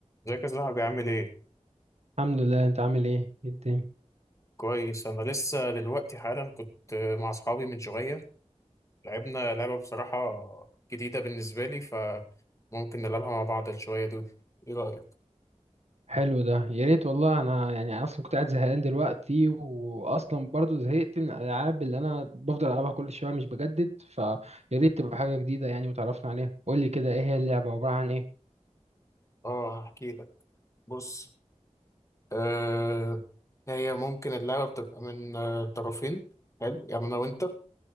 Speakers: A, on the left; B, on the right.
A: ازيك يا صاحبي عامل ايه؟
B: الحمد لله انت عامل ايه ايه الدنيا
A: كويس انا لسه دلوقتي حالا كنت مع اصحابي من شوية لعبنا لعبة بصراحة جديدة بالنسبة لي فممكن نلعبها مع بعض شوية دول ايه رأيك؟
B: حلو ده يا ريت والله انا يعني اصلا كنت قاعد زهقان دلوقتي واصلا برضو زهقت من الالعاب اللي انا بفضل العبها كل شويه مش بجدد فيا ريت تبقى حاجه جديده يعني وتعرفنا عليها قول لي كده ايه هي اللعبه عباره عن ايه
A: اه هحكي لك بص آه هي ممكن اللعبة بتبقى من آه، طرفين حلو يعني انا وانت